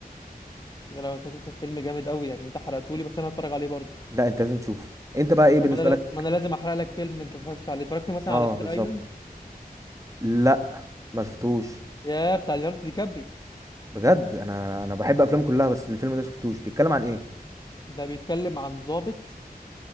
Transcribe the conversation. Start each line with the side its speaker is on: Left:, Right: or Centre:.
Left: يا لو تاكل كان فيلم جامد قوي يعني انت حرقتولي بس انا هتفرج عليه برضه
Right: لا انت لازم تشوفه انت بقى ايه بالنسبه
Left: طب انا
Right: لك
Left: ما انا لازم احرق لك فيلم انت اتفرجتش عليه اتفرجت مثلا
Right: اه
Left: على شاتر
Right: بالظبط
Left: ايلاند
Right: لا ما شفتوش
Left: يا بتاع ليوناردو دي كابري
Right: بجد انا انا بحب افلامه كلها بس الفيلم ده شفتوش بيتكلم عن ايه
Left: ده بيتكلم عن ضابط